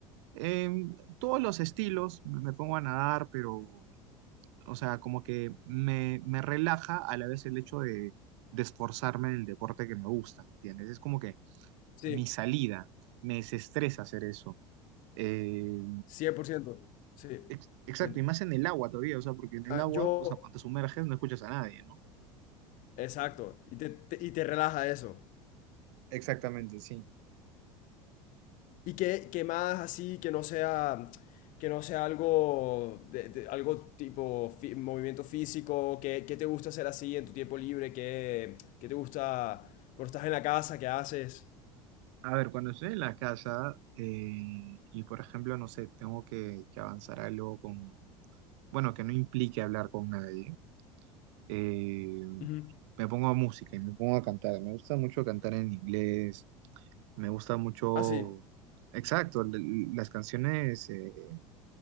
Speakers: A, on the right; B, on the left.
A: em, todos los estilos, me me pongo a nadar, pero O sea, como que me, me relaja a la vez el hecho de, de esforzarme en el deporte que me gusta, ¿me entiendes? Es como que
B: Sí,
A: mi salida, me desestresa hacer eso. Eh,
B: 100%. Sí.
A: ex- exacto,
B: Te-
A: y más en el agua todavía, o sea, porque en el
B: ah,
A: agua,
B: yo,
A: o sea, cuando te sumerges no escuchas a nadie, ¿no?
B: exacto. Y te, te- y te relaja eso.
A: Exactamente, sí.
B: ¿Y qué, qué más así que no sea, que no sea algo, de- de- algo tipo fi- movimiento físico? ¿Qué, qué te gusta hacer así en tu tiempo libre? ¿Qué, qué te gusta cuando estás en la casa? ¿Qué haces?
A: A ver, cuando estoy en la casa eh, y, por ejemplo, no sé, tengo que, que avanzar algo con, bueno, que no implique hablar con nadie eh,
B: Ujú.
A: me pongo a música y me pongo a cantar. Me gusta mucho cantar en inglés, me gusta mucho,
B: Ah, sí.
A: exacto, l- l- las canciones, eh,